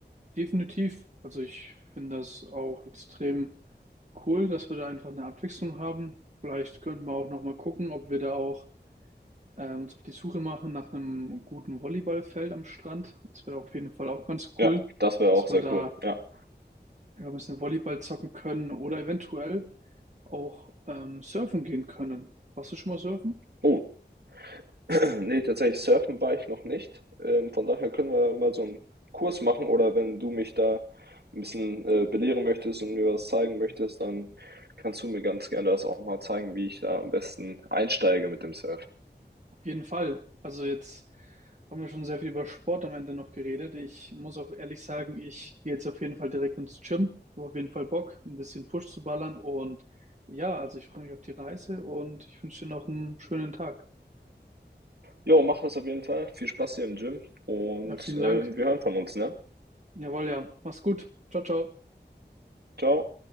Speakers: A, on the right (about 40°); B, on the right (about 65°).
A: definitiv. Also ich finde das auch extrem cool, dass wir da einfach eine Abwechslung haben. Vielleicht könnten wir auch nochmal gucken, ob wir da auch äh, uns auf die Suche machen nach einem guten Volleyballfeld am Strand. Das wäre auf jeden Fall auch ganz
B: Ja,
A: cool,
B: das wäre
A: dass
B: auch
A: wir
B: sehr
A: da
B: cool. Ja.
A: ja, ein bisschen Volleyball zocken können oder eventuell auch ähm, surfen gehen können. Warst du schon mal surfen?
B: Oh, <clears throat> nee, tatsächlich surfen war ich noch nicht. Ähm, von daher können wir mal so einen Kurs machen oder wenn du mich da ein bisschen äh, belehren möchtest und mir was zeigen möchtest, dann kannst du mir ganz gerne das auch mal zeigen, wie ich da am besten einsteige mit dem Surfen.
A: Auf jeden Fall. Also jetzt haben wir schon sehr viel über Sport am Ende noch geredet. Ich muss auch ehrlich sagen, ich gehe jetzt auf jeden Fall direkt ins Gym. Habe auf jeden Fall Bock, ein bisschen Push zu ballern. Und ja, also ich freue mich auf die Reise und ich wünsche dir noch einen schönen Tag.
B: Jo, mach das auf jeden Fall. Viel Spaß hier im Gym und
A: Ja, vielen
B: ähm,
A: Dank.
B: wir hören von uns, ne?
A: Jawohl, ja. Mach's gut. Ciao, ciao.
B: Ciao.